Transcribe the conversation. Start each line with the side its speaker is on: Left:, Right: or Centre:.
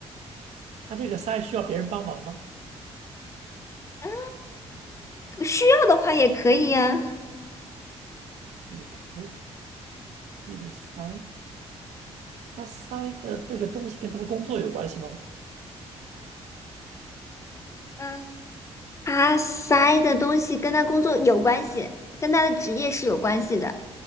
Right: 他这个塞需要别人帮忙吗？
Left: 嗯，需要的话也可以呀、
Right: 也可以，努力的塞。他塞的这个东西跟他的工作有关系吗？
Left: 嗯，他塞的东西跟他工作有关系，跟他的职业是有关系的。